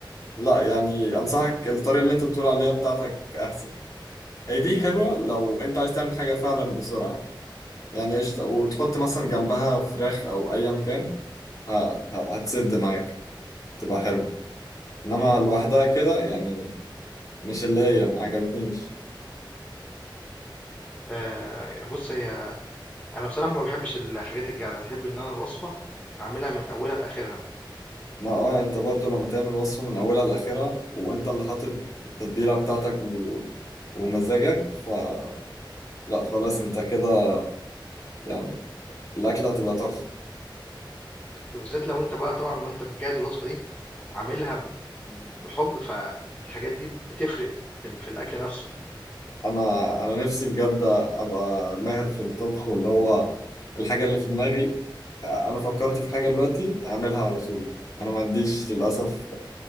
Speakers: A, on the left (about 45°); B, on the left (about 20°).
A: لا يعني انصحك الطريقه اللي انت بتقول عليها بتاعتك احسن هي دي حلوة لو انت عايز تعمل حاجة فعلا بسرعة يعني قشطة وتحط مثلا جنبها فراخ او ايا كان ه- ه- هتسد معاك تبقى حلوة انما
B: إمم، إمم.
A: لوحدها كده يعني مش اللي هي ما عجبتنيش
B: آآ بُص هي أنا بصراحة ما باحبش الحاجات الجاهزة، أحب إن أنا الوصفة أعملها من أولها لآخرها،
A: ما اه انت برضو لما تعمل وصفة من اولها لاخرها وانت اللي حاطط التتبيلة بتاعتك و... ومزاجك فلا خلاص انت كده يعني الاكلة هتبقى تحفة
B: وبالذات لو أنت بقى طبعًا وأنت بتجهّز الوصفة دي عاملها ب- بحب فالحاجات دي بتفرق في ال- في الاكل نفسه
A: انا انا نفسي بجد ابقى ماهر في الطبخ واللي هو الحاجه اللي في دماغي انا فكرت في حاجه دلوقتي اعملها على طول انا ما عنديش للاسف